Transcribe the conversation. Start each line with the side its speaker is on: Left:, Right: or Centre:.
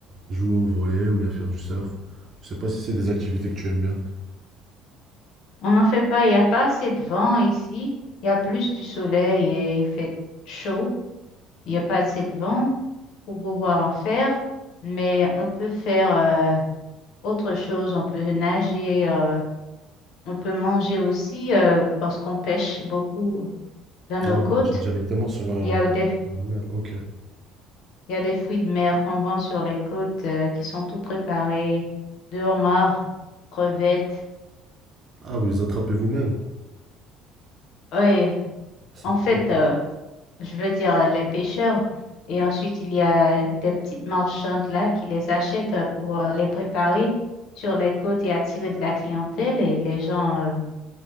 Right: jouer au volley ou bien faire du surf. Je sais pas si c'est des activités que tu aimes bien.
Left: On n'en fait pas, il n'y a pas assez de vent ici. Il y a plus du soleil et il fait chaud. Il n'y a pas assez de vent pour pouvoir en faire. Mais on peut faire euh, autre chose. On peut nager, euh, on peut manger aussi euh, parce qu'on pêche beaucoup. Dans
Right: Ah,
Left: nos
Right: vous
Left: côtes,
Right: pêchez directement sur la,
Left: il y a des,
Right: la mer, ok.
Left: il y a des fruits de mer qu'on vend sur les côtes euh, qui sont tout préparés, de homards, crevettes.
Right: Ah, vous les attrapez vous-même.
Left: Oui,
Right: C'est
Left: en fait,
Right: cool.
Left: euh, je veux dire les pêcheurs. Et ensuite, il y a des petites marchandes là qui les achètent euh, pour euh, les préparer sur les côtes et attirer de la clientèle. Et les gens, euh,